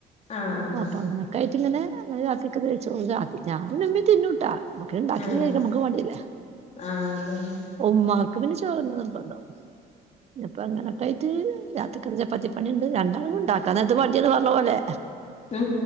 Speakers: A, on the left; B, on the right.
A: ആഹ് ആഹ്
B: അപ്പൊ അങ്ങനൊക്ക ആയിട്ടിങ്ങനെക്കോത്തി കഴിച്ചോളും ഞാനൻമ്മെ തിന്നുട്ടാ. നക്ക ഇണ്ടാക്കിത്
A: ആഹ്
B: കഴ നമ്മുക്ക് മടിയല്ലേ.
A: ആഹ് അതന്നെ
B: ഉമ്മാക്ക് പിന്നെ ചോറങ്ങ നിർബന്തവും അപ്പൊ അങ്ങനൊക്കെ ആയിട്ട് രാത്രി. ഇ ചപ്പത്തിപ്പണി ഉണ്ട് രണ്ടാളും ഉണ്ടാക്കാ അത്തെ വണ്ടിയന്ന് പറഞ്ഞ പോലെ.
A: ഉ.